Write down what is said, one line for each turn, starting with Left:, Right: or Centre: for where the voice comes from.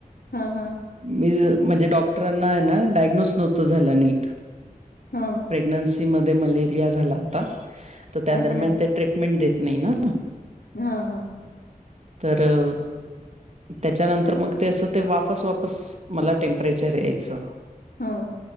Left: हा हा.
Right: मी म्हणजे डॉक्टरांना आहे ना डायग्नोस नव्हतं झालं नीट.
Left: हा
Right: प्रेग्नन्सी मधे मलेरिया झाला होता. तर त्या
Left: अच्छा
Right: दरम्यान ते - ट्रीटमेंट देत नाही ना.
Left: हा हा.
Right: तर- त्याच्यानंतर मग ते असं ते, वापस वापस मला टेम्परेचर यायचं.
Left: हं.